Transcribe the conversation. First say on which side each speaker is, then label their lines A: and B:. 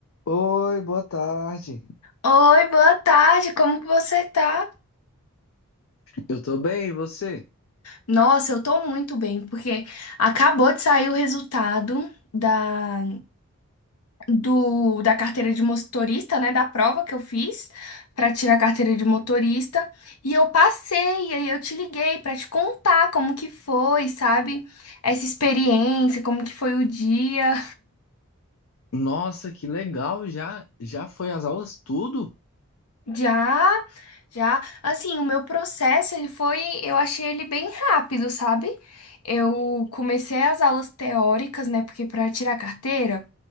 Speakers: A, on the left (about 65°); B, on the left (about 85°).
A: Oi, boa tarde.
B: Oi, boa tarde, como que você tá?
A: Eu tô bem, e você?
B: Nossa, eu tô muito bem, porque acabou de sair o resultado da, do, da carteira de motorista, né? Da prova que eu fiz pra tirar a carteira de motorista. E eu passei, e aí eu te liguei pra te contar como que foi, sabe? Essa experiência, como que foi o dia.
A: Nossa, que legal! Já já foi as aulas tudo?
B: Já, já, assim, o meu processo, ele foi, eu achei ele bem rápido, sabe? Eu comecei as aulas teóricas, né? Porque para tirar carteira,